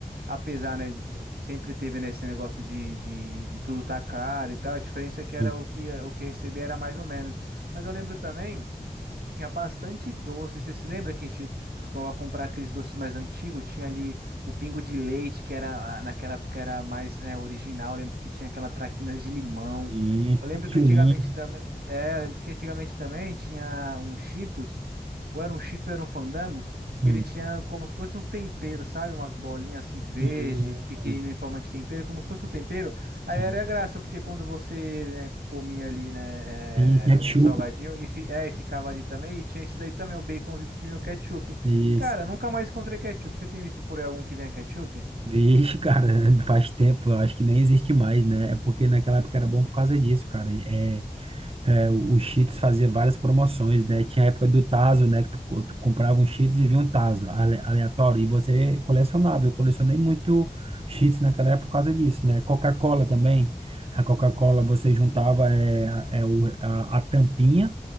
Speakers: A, on the right (about 85°); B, on the right (about 35°).
A: apesar, né, sempre teve, né, esse negócio de, de, de tudo tá caro e tal, a diferença é que era
B: e,
A: o que, o que recebia era mais ou menos. Mas eu lembro também que tinha bastante doce. Você se lembra que a gente costumava comprar aqueles doces mais antigos? Tinha ali o pingo de leite, que era ah, naquela época era mais, né, original. Eu lembro que tinha aquela traquinas de limão.
B: e
A: Eu lembro
B: pichulinha.
A: que antigamente também, é, eu lembro que antigamente também tinha um Cheetos, ou era um Cheetos, ou era um Fandangos, que
B: Hum,
A: ele tinha como se fosse uns temperos, sabe? Umas bolinhas assim verde,
B: hum,
A: pequenino
B: hum,
A: em forma de tempero, como se fosse um tempero. Aí
B: sim.
A: era a graça, porque quando você, né, comia ali, né,
B: E ketchup.
A: é, o salgadinho e, fi- é, e ficava ali também, e tinha isso daí também, o baconzitos que vinha o ketchup.
B: Isso.
A: Cara, nunca mais encontrei ketchup. Você tem visto por aí algum que venha ketchup?
B: Vixe, cara, <laughs> faz tempo, eu acho que nem existe mais, né? É porque naquela época era bom por causa disso, cara. É, é, o Cheetos fazia várias promoções, né? Tinha a época do Tazo, né? Que tu, co- tu comprava um Cheetos e vinha um Tazo ale- aleatório, e você colecionava. Eu colecionei muito Cheetos naquela época por causa disso, né? Coca-Cola também. A Coca-Cola você juntava é, é o, a, a tampinha.